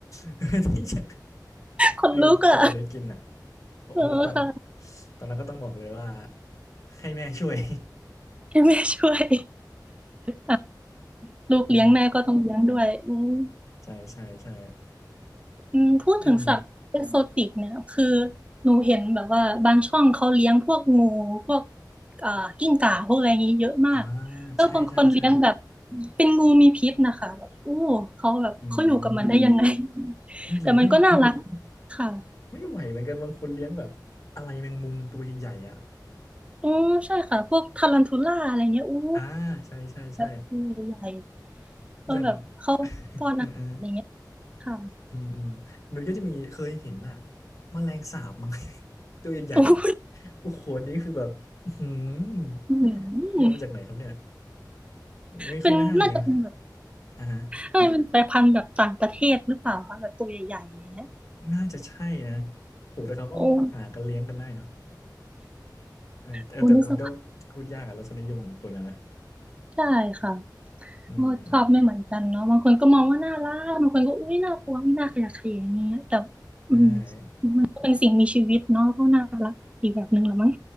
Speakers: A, on the left; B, on the right.
A: <laughs> เพื่อที่จะ
B: คนลุกอ่ะ
A: ให้เจ้าตัวนี้กินอ่ะโอ้โหตอน
B: เออค่ะ
A: ตอนนั้นก็ต้องบอกเลยว่าให้แม่ช่วย
B: ให้แม่ช่วยค่ะลูกเลี้ยงแม่ก็ต้องเลี้ยงด้วยอืม
A: <laughs> เออใช่ใช่ใช่
B: อืมพูดถึงสัตว์เอกโซติกเนี่ยคือ
A: อืม
B: หนูเห็นแบบว่าบางช่องเขาเลี้ยงพวกงูพวกอ่ากิ้งก่าพวกอะไรอย่างนี้เยอะมาก
A: อ่า
B: แล้วบางคนเลี้ยงแบบ
A: ใช่ใช่ใช่
B: เป็นงูมีพิษนะคะแบบอู้เขาแบบเขาอยู่กับมันได้ยังไง
A: อืมไม่รู้ไม่
B: แต่มันก็น่ารักค่ะ
A: ไม่ไหวเหมือนกันบางคนเลี้ยงแบบอะไรแมงมุมตัวใหญ่ๆอ่ะ
B: อือใช่ค่ะพวกทารันทูล่าอะไรเงี้ยอู้
A: อ่าใช่ใช่ใช่
B: แบบตัวใหญ่ก็แบบเข้า
A: อย่าง <laughs> เออเออ
B: อะไรเงี้ยค่ะ
A: อืมอืมมันก็จะมีเคยเห็นอะแมลงสาบมั้ง <laughs> ตัวใหญ่ๆอ่ะ
B: อู้
A: โอ้โหอันนี้คือแบบอื้อหืม
B: หื
A: พี่เอามาจากไหนครับเนี่ย
B: อ
A: ไม่ค่อยน่าเลี้ยง
B: เป็นน่าจะเป็นแบบ
A: อ่าฮะ
B: น่าจะเป็นสายพันธุ์แบบต่างประเทศหรือเปล่าคะแบบตัวใหญ่ๆอย่างเงี้ย
A: น่าจะใช่นะโหแต่เขาก็หากันเลี้ยงกันได้เนาะ
B: โอ้
A: เออแต่แต่มันก็พูดยากอะรสนิยมของคนอะนะ
B: โอ้นึกสภาพใช่ค่ะ
A: อืมอืม
B: ก็ชอบไม่เหมือนกันเนาะบางคนก็มองว่าน่ารักบางคนก็อุ้ยน่ากลัวอุ๊ยน่าขยะแขยงอย่างเงี้ยแต่
A: ใช่
B: อืมก็เป็นสิ่งมีชีวิตเนาะก็น่ารักอีกแบบหนึ่งละมั้ง